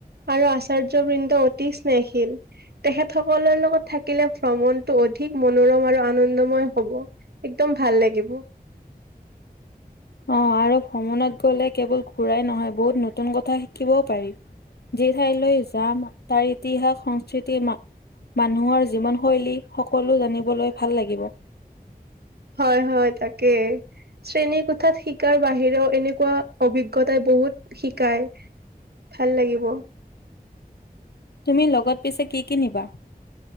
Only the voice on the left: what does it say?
অ', আৰু ভ্ৰমণত গ'লে কেৱল ঘুৰাই নহয়, বহুত নতুন কথা শিকিবও পাৰি। যি ঠাইলৈ যাম, তাৰ ইতিহাস সংস্কৃতি মা মানুহৰ জীৱনশৈলী, সকলো জানিবলৈ ভাল লাগিব।
তুমি লগত পিছে, কি কি নিবা?